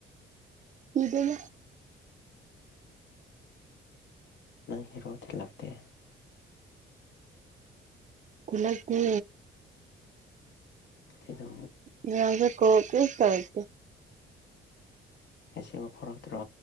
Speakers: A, on the right; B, on the left.
A: ꯁꯤꯕꯌꯥ
B: ꯅꯪ ꯍꯔꯣꯗꯤ ꯂꯥꯛꯇꯦ
A: ꯏꯂꯒ
B: ꯀꯗ
A: ꯎꯁ ꯀꯣ ꯀꯤꯁ ꯆꯁꯤ
B: ꯉꯁꯤꯕ ꯐꯥꯎꯔꯛꯇ꯭ꯔꯣ